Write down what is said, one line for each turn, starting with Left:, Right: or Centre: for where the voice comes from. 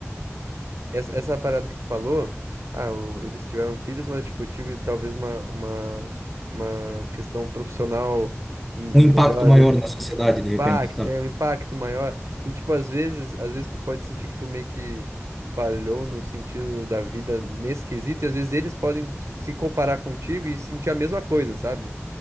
Right: essa, essa parada que tu falou, ah, o- eles tiveram filhos, mas tipo, eu tive talvez uma, uma, uma questão profissional melhor,
Centre: Um impacto maior na sociedade,
Right: impacto,
Centre: de repente, sabe?
Right: é um impacto maior. E tipo, às vezes, às vezes tu pode sentir que tu meio que falhou no sentido da vida nesse quesito, e às vezes eles podem te- se comparar contigo e sentir a mesma coisa, sabe?